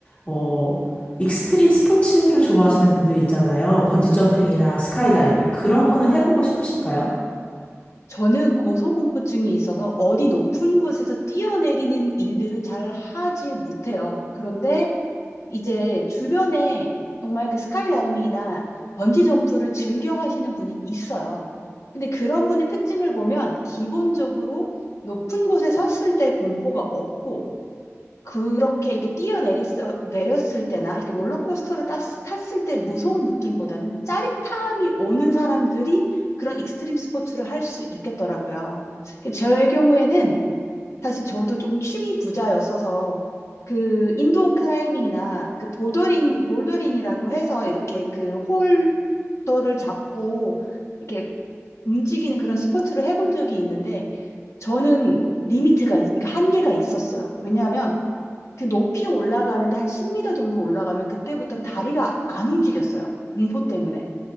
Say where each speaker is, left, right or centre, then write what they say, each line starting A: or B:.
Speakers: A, on the left; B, on the left.
A: 어, 익스트림 스포츠를 좋아하시는 분들이 있잖아요. 번지점핑이나 스카이다이빙. 그런 거는 해보고 싶으신가요?
B: 저는 고소공포증이 있어서 어디 높은 곳에서 뛰어내리는 일들은 잘 하지 못해요. 그런데 이제 주변에 정말 그 스카이다이빙이나 번지점프를 즐겨 하시는 분이 있어요. 근데 그런 분의 특징을 보면 기본적으로 높은 곳에 섰을 때 공포가 없고 그렇게 이렇게 뛰어내리 내렸을 때나 이렇게 롤러코스터를 탔, 탔을 때 무서운 느낌보다는 짜릿함이 오는 사람들이 그런 익스트림 스포츠를 할 수 있겠더라고요. 그 저의 경우에는 사실 저도 조금 취미 부자였어서 그 인도어 클라이밍이나 그 보더링 볼더링이라고 해서 이렇게 그 홀더를 잡고 이렇게 움직이는 그런 스포츠를 해본 적이 있는데 저는 리미트가 있- 그러니까 한계가 있었어요. 왜냐하면 그 높이 올라가는데 한 10m 정도 올라가면 그때부터는 다리가 안 움직였어요. 공포 때문에.